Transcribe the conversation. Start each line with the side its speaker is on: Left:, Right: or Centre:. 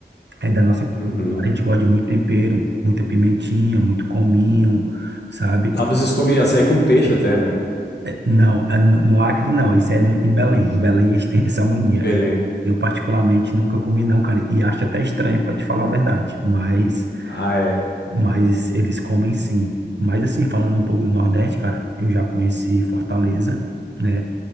Right: É da nossa cultura,
Left: Uhum.
Right: a gente gosta de muito tempero, muita pimentinha, muito cominho, sabe?
Left: Lá vocês comem açaí com peixe até, né?
Right: Não, a- no no Acre não, isso é no- em Belém. Em Belém eles têm essa mania.
Left: Belém.
Right: E Eu particularmente nunca comi não, cara, e acho até estranho para te falar a verdade, mas
Left: Ah, é.
Right: mas eles comem sim. Mas assim, falando um pouco do Nordeste, cara, eu já conheci Fortaleza, né?